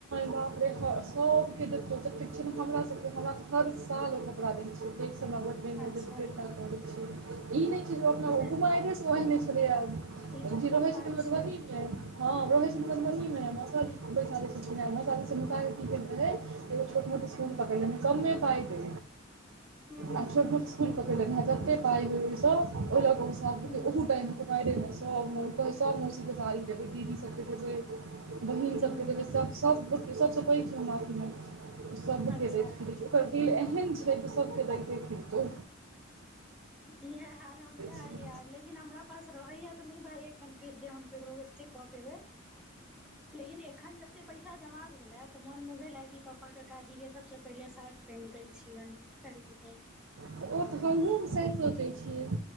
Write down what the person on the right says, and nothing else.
काप रे सभके देतहु ततेक छै ने हमरा सभके हमरा तऽ हर साल ओ कपड़ा दै छियै एकसँ हमरा बड़ एहिमे
जे फेता करैत छै ई नहि छै जे अपना
बुमारिसँ ओहने छलैए
जे रहै
छैन मधुबनी
मे हँ रहै छै मधुबनी मे जी ओ शादीसँ शादी हुका की केलकै एगो छोट मोट इसकुल
पकड़लेहूँ कमे पइ दे
आ छो स्कुल पकड़ लहाँ जतेक पइ हो ओ सभ ओल ओह
हो टाइम मे मौसी के सारी जे दीदी सक बहिन
सभके जे सभ सभसँ पैघ छै हमरा अथी मे सभके
देखैत फि ओकर देल एहन छै जे सभके दते खिरतै।
छियै
तऽ ओ तऽ हमहूँ से सोचैत छियै